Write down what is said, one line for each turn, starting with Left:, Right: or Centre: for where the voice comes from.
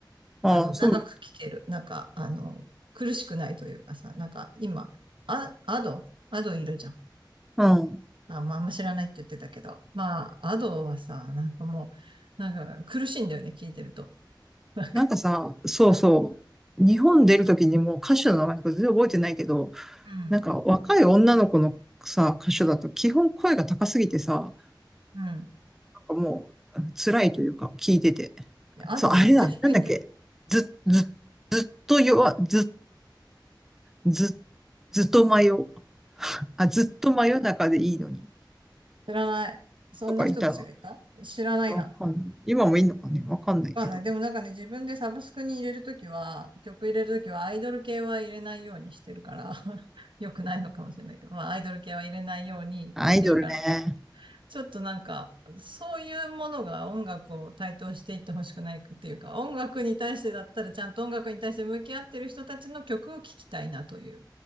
Centre: ああ、
Right: あの、
Centre: そう
Right: 長く聞ける。なんか、あの、苦しくないというかさ、なんか今、あ、アド、アドいるじゃん。
Centre: なの。うん。
Right: あ、まあ、あんま知らないって言ってたけど。まあ、アドはさ、なんかもう、なんか苦しいんだよね、聞いてると。なんか
Centre: なんかさ、そうそう。
Right: う
Centre: 日本出るときにもう歌手の名前とか全然覚えてないけど、
Right: ん、
Centre: なんか若い女の子のさ、歌手だと基本声が高すぎてさ、
Right: うん。うん
Centre: なんかもう辛いというか、聞いてて。
Right: いやアドはめっちゃ低いんだよ。
Centre: そう、あれだ。なんだっけ。ず、ず、ずっと弱、ず、ず、ずっと真夜。あ、ずっと真夜中でいいのに。
Right: 知らない。そんな人たちがいた知らないな。
Centre: とかいたら。わかんない。今もいいのかね。わかんないけど。
Right: わかんない。でもなんかね、自分でサブスクに入れるときは、曲入れるときはアイドル系は入れないようにしてるから、<laughs> よくないのかもしれないけど、まあアイドル系は入れないように聞いてるから、
Centre: アイドルね。
Right: ちょっとなんか、そういうものが音楽を台頭していってほしくないっていうか、音楽に対してだったらちゃんと音楽に対して向き合ってる人たちの曲を聴きたいなという。